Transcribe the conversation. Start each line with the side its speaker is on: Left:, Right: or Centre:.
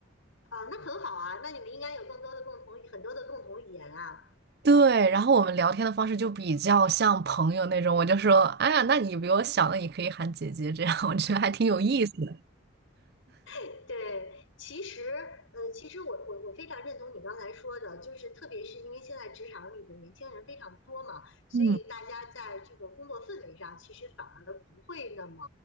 Left: 啊、那很好啊，那你们应该有更多的共同很多的共同语言啊。
Right: 对，然后我们聊天的方式就比较像朋友那种，我就说，哎呀，那你比我小，那你可以喊姐姐，这样我觉得还挺有意思的。
Left: 对对其实呃，其实我我我非常认同你刚才说的，就是特别是因为现在职场里的年轻人非常多嘛，所以大家在这个工作氛围上，
Right: 嗯。
Left: 其实反而不会那么